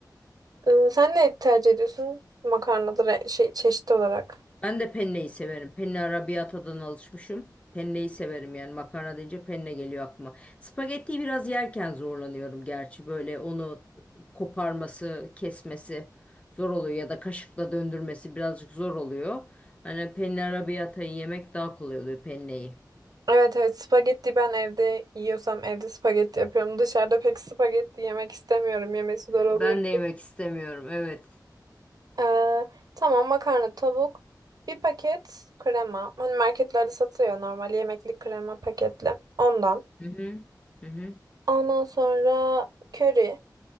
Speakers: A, on the right; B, on the left.
A: Ee, sen ne tercih ediyorsun? Makarnadır e, şey çeşit olarak.
B: Ben de penneyi severim. Penne arabiyatadan alışmışım. Penneyi severim yani makarna deyince penne geliyor aklıma. Spagettiyi biraz yerken zorlanıyorum gerçi böyle onu koparması, kesmesi zor oluyor ya da kaşıkla döndürmesi birazcık zor oluyor. Hani penne arabiyatayı yemek daha kolay oluyor penneyi.
A: Evet evet spagetti ben evde yiyorsam evde spagetti yapıyorum. Dışarıda pek spagetti yemek istemiyorum. Yemesi zor oluyor.
B: Ben de yemek istemiyorum evet.
A: Ee, tamam makarna, tavuk, bir paket krema. Hani marketlerde satıyor normal yemeklik krema paketli. Ondan.
B: Hı hı. Hı hı.
A: Ondan sonra köri,